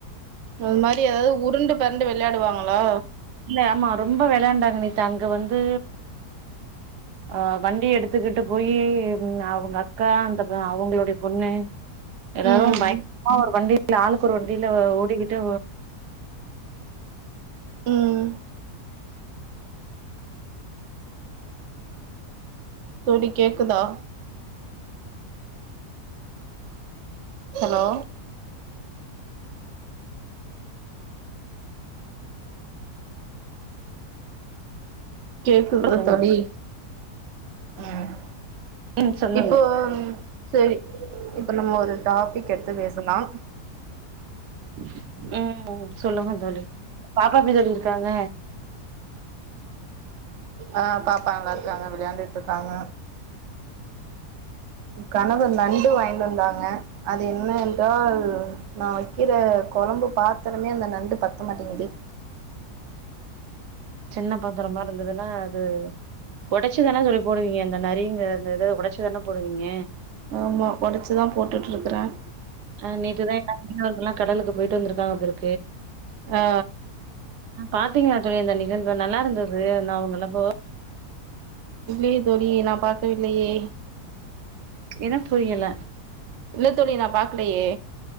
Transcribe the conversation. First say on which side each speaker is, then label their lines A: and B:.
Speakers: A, on the right; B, on the right.
A: அது மாரி ஏதாவது உருண்டு பெறண்டு விளையாடுவாங்களா
B: இல்ல ஆமா ரொம்ப விளையாண்டாங்க நேத்த அங்க வந்து அஹ் வண்டி எடுத்துக்கிட்டு போயி அவங்க அக்கா அந்த அவங்களுடைய பொண்ணு எல்லாரும்
A: ம்
B: பயங்கரமா ஒரு வண்டி ஆளுக்கு ஒரு வண்டியில ஓடிக்கிட்டு
A: உம் தோழி கேக்குதா ஹலோ கேக்குது
B: சொல்லுங்க
A: தோழி உஹம்
B: ம் சொல்லுங்க
A: இப்போ சேரி இப்ப நம்ம டாபிக் எடுத்து பேசலாம்
B: <unintelligible> உம் சொல்லுங்க தோழி பாப்பா எப்பி இருக்காங்க
A: ஆஹ் பாப்பா நல்லா இருக்காங்க விளையாண்டுட்டு இருக்காங்க கணவர் நண்டு வாங்கிட்டுவந்தாங்க என்ன என்றால் நான் வைக்கிற குழம்பு பாத்திரமே அந்த நண்டு பத்த மாட்டேங்குது
B: சின்ன பாத்தரமா இருந்ததுன்னா அது உடைச்சிதானே தோழி போடுவீங்க இந்த நரிங்க அந்த இத உடைச்சிதானே போடுவீங்க
A: ஆமா உடைச்சுதான் போட்டுட்டு இருக்கறேன்
B: ஆஹ் நேத்து தான் எல்லா மீனவர்களும் கடலுக்கு போயிட்டு வந்துரு
A: ஆ
B: <unintelligible> பாத்தீங்களா தோழி அந்த நிகழ்வு நல்லா இருந் அது நான் உங்கல்ல போ
A: இல்லையே தோழியே நான் பாக்கவில்லையே
B: என்ன புரியல
A: இல்ல தோழி நான் பாக்லயே